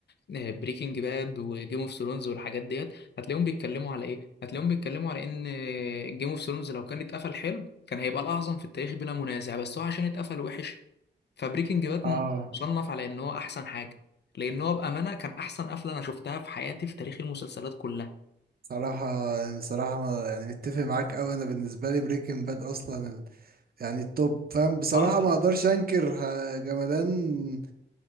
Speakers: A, on the left (about 65°); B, on the right (about 55°).
A: بريكنج باد وجيم اوف ثرونز والحاجات ديت هتلاقيهم بيتكلموا على ايه هتلاقيهم بيتكلموا على ان جيم اوف ثرونز لو كان اتقفل حلو كان هيبقى الاعظم في التاريخ بلا منازع بس هو عشان اتقفل وحش فبريكنج باد
B: اه
A: مصنف على ان هو احسن حاجه لان هو بامانه كان احسن قفله انا شفتها في حياتي في تاريخ المسلسلات كلها
B: صراحة يعني صراحة يعني متفق معاك أوي أنا بالنسبة لي بريكنج باد أصلا ال- يعني التوب فاهم بصراحة
A: اه
B: ما أقدرش أنكر آه، جمدان